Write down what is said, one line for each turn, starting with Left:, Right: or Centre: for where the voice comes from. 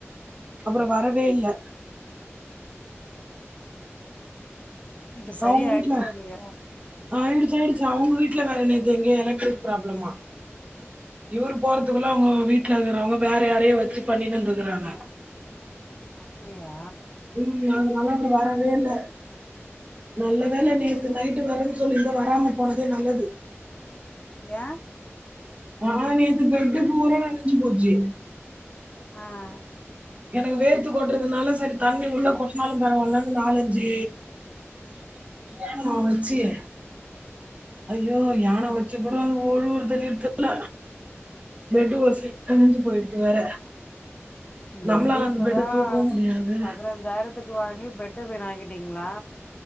Right: அப்புறம் வரவே இல்ல
Left: இப்ப சரி
Right: அவுங்க
Left: ஆயிடுச்சா
Right: வீட்ல
Left: இல்லையா
Right: ஆய்டு ச்சாயிடிச்சி அவுங்க வீட்ல வேற நேத்து எங்கயோ எலக்ட்ரிக் ப்ராப்ளமா இவரு போறதுக்குள்ள அவுங்க வீட்ல இருக்கிறவங்க வேற யாரையோ வச்சி பண்ணினுந்துகிறாங்க
Left: அப்படியா
Right: உம் அதனால அங்க வரவே இல்ல நல்ல வேல நேத்து நைட்டு வரேன்னு சொல்லிருந்த வராம போனதே நல்லது
Left: ஏன்
Right: ஆஹ் நேத்து பெட்டு பூரா நனஞ்சி போச்சி
Left: ஆஹ்
Right: எனக்கு வேர்த்து கொட்டுறதுனால சரி தண்ணி உள்ள கொட்னாலும் பரவாயில்லன்னு நாலஞ்சி ஏனோ வச்சியே அய்யோ யானம் வச்சி கூட அங்க ஒழுவுரது நிறுத்தல பெட்டு ஒரு சைடு நனஞ்சி போய்டிச்சி வேற
Left: பெட்டு
Right: நம்மளால
Left: இப்பதா
Right: அந்த பெட்டை தூக்கவும் முடியாது
Left: பதினஞ்சாயிரத்துக்கு வாங்கி பெட்ட வீணாக்கி டிங்களா